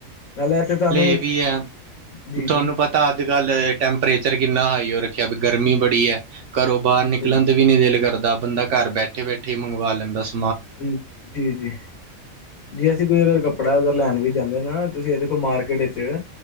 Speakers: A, on the left; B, on the right.
A: ਨਾਲੇ ਇੱਥੇ ਤੁਹਾਨੂੰ
B: ਇਹ ਵੀ ਹੈ
A: ਜੀ
B: ਤੁਹਾਨੂੰ
A: ਜੀ।
B: ਪਤਾ ਅੱਜ ਕੱਲ ਟੈਂਪਰੇਚਰ ਕਿੰਨਾ ਹਾਈ ਉਹ ਰੱਖਿਆ ਵੀ ਗਰਮੀ ਬੜੀ ਹੈ। ਘਰੋਂ ਬਾਹਰ
A: ਬਿਲਕੁਲ
B: ਨਿਕਲਣ ਤੇ ਵੀ ਨੀ ਦਿਲ ਕਰਦਾ। ਬੰਦਾ ਘਰ ਬੈਠੇ ਬੈਠੇ ਮੰਗਵਾ ਲੈਂਦਾ ਸੀ।
A: ਜੀ- ਜੀ- ਜੀ ਅਸੀਂ ਕੋਈ ਅਗਰ ਕੱਪੜਾ ਅਗਰ ਲੈਣ ਵੀ ਜਾਂਦੇ ਨਾ ਤੁਸੀਂ ਇਹ ਦੇਖੋ ਮਾਰਕੀਟ ਚ'